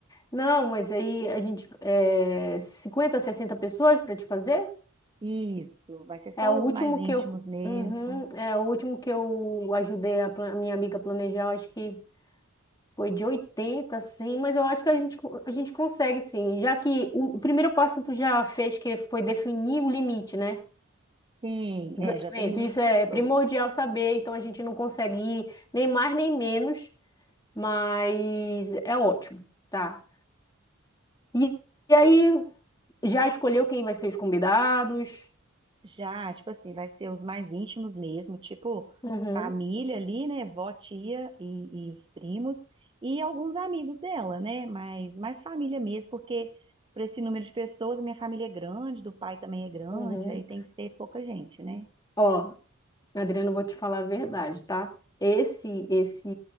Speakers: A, on the left; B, on the right.
A: Não, mas aí a gente... É, 50, 60 pessoas para te fazer?
B: Isso, vai ser
A: É
B: só
A: o último
B: os mais íntimos
A: que eu...
B: mesmo.
A: Uhum, é o último que eu ajudei a, pla- a minha amiga a planejar, eu acho que foi de 80, assim, mas eu acho que a gente, co- a gente consegue, sim. Já que o, o primeiro passo tu já fez, que foi definir o limite, né?
B: Sim,
A: do
B: é,
A: evento.
B: já tem o número
A: Isso
B: de
A: é
B: pessoas.
A: primordial saber, então a gente não consegue ir nem mais nem menos, mas é ótimo, tá? E, e aí, já escolheu quem vai ser os convidados?
B: Já, tipo assim, vai ser os mais íntimos mesmo, tipo
A: Uhum,
B: família ali, né? Vó, tia e, e os primos e alguns amigos dela, né? Mas mais família mesmo, porque para esse número de pessoas, minha família é grande, do pai também é grande,
A: uhum.
B: aí tem que ser pouca gente, né?
A: Ó, Adriana, eu vou te falar a verdade, tá? Esse, esse,